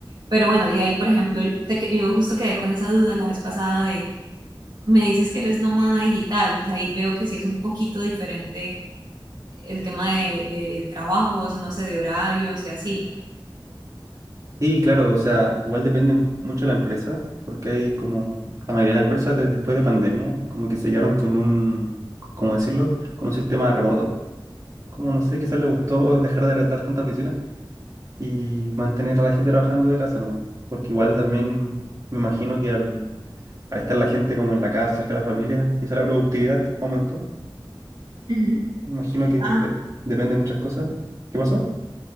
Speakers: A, on the right; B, on the right.
A: Pero bueno, y ahí, por ejemplo, yo, te que- yo justo quedé con esa duda la vez pasada de, me dices que eres nómada digital, pues ahí veo que sí es un poquito diferente el tema de, de trabajos, no sé, de horarios y así.
B: Sí, claro, o sea, igual depende mu- mucho de la empresa, porque hay como la mayoría de las empresas de- después de pandemia, como que se quedaron con un, ¿cómo decirlo? Con un sistema remoto. Como no sé, quizás le gustó <laughs> dejar de arrendar tanta oficina y mantener a la gente trabajando de casa nomás, porque igual también me imagino que al, al estar la gente como en la casa, cerca de la familia, quizás la productividad aumentó.
A: Ujú.
B: Me imagino que de-
A: Ah,
B: depende de muchas cosas. ¿Qué pasó?